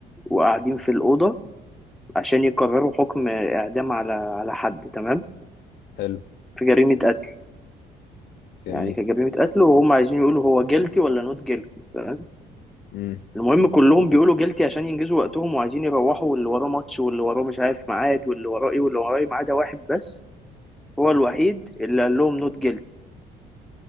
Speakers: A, in the centre; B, on the left.
A: وقاعدين في الأوضة عشان يقرروا حكم إعدام على على حد تمام
B: حلو
A: في جريمة قتل
B: جميل
A: يعني كجريمة قتل وهم عايزين يقولوا هو جيلتي ولا نوت جيلتي تمام
B: امم
A: المهم كلهم بيقولوا جيلتي عشان ينجزوا وقتهم وعايزين يروحوا واللي وراه ماتش واللي وراه مش عارف ميعاد واللي وراه إيه واللي وراه إيه ما عدا واحد بس هو الوحيد اللي قال لهم نوت جيلتي